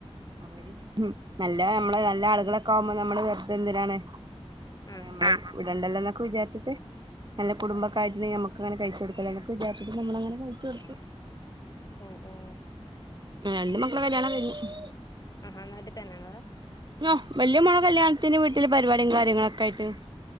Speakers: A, on the right; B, on the left.
A: അവര് നല്ല നമ്മള നല്ല ആളുകളൊക്കെ ആകുമ്പോ നമ്മ വെറുതെന്തിനാണ്
B: ആഹാ
A: മ്മ
B: ഹാ
A: ഇടണ്ടല്ലോ എന്നൊക്കെ വിചാരിച്ചിട്ട് നല്ല കുടുംബൊക്കെയിട്ട് നമ്മക്ക് അങ്ങനെ കഴിച്ച കൊടുക്കെ വിജാർച്ചപ്പം നമ്മളങ്ങനെ കഴിച്ചൊടുത്തു
B: ഓ ഓ
A: ആഹ് രണ്ട് മക്കളെ കല്യാണം <unintelligible>
B: ആഹാ നാട്ടി തന്നെയാണോ അതോ
A: ആഹ് വല്യ മോള കല്യാണത്തിന് വീട്ടില് പരിപാടിയും കാര്യങ്ങളൊക്കെയിട്ട്